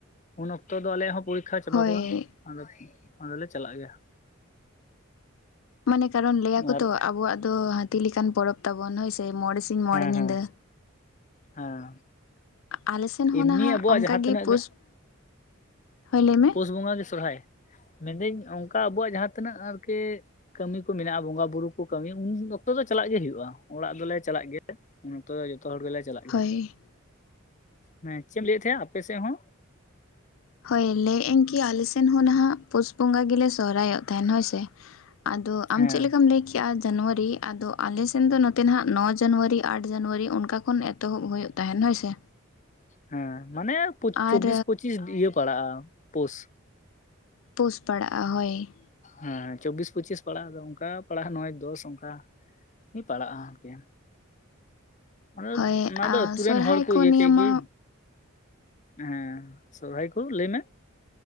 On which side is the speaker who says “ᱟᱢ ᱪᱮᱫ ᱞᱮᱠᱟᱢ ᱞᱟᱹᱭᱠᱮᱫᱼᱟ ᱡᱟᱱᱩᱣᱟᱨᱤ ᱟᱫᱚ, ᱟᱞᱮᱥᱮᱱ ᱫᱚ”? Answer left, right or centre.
Left